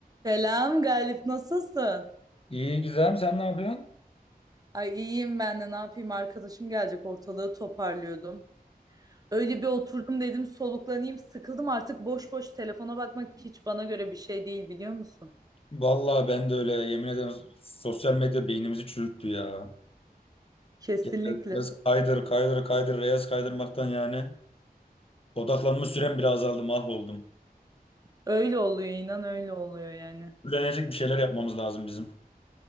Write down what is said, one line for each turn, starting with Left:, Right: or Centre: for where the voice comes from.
Right: Selam Galip, nasılsın?
Left: İyi Gizem sen ne yapıyorsun?
Right: Ay iyiyim ben de ne yapayım arkadaşım gelecek ortalığı toparlıyordum. Öyle bir oturdum dedim soluklanayım sıkıldım artık boş boş telefona bakmak hiç bana göre bir şey değil biliyor musun?
Left: Vallahi ben de öyle ya. Yemin ederim sosyal medya beynimizi çürüttü ya.
Right: Kesinlikle.
Left: Genel Reels kaydır kaydır kaydır reels kaydırmaktan yani odaklanma sürem bile azaldı mahvoldum.
Right: Öyle oluyor inan öyle oluyor yani.
Left: Öğrenecek bir şeyler yapmamız lazım bizim.